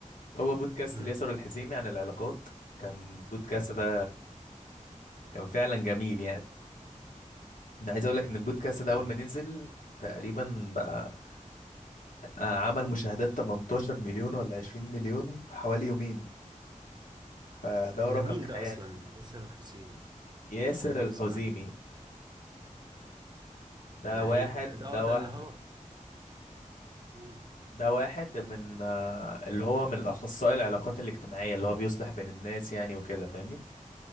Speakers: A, on the left; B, on the right.
A: هو بودكاست
B: امم
A: اليسار الحزيمي عن العلاقات كان البودكاست ده كان فعلا جميل يعني انا عايز اقول لك ان البودكاست ده
B: أمم.
A: اول ما نزل تقريبا بقى آه، عمل مشاهدات 18 مليون ولا 20 مليون في حوالي يومين فده
B: ده
A: رقم
B: مين
A: خيالي
B: ده اصلا ياسر الحسيني
A: ياسر
B: اول مرة
A: الحزيمي
B: اسمع عنه
A: ده
B: ده
A: واحد
B: ايه ده ده-
A: ده
B: اه ده
A: واحد
B: اللي هو قول
A: ده واحد من آه، اللي هو من الاخصائي العلاقات الاجتماعية اللي هو بيصلح بين الناس يعني وكده فاهمني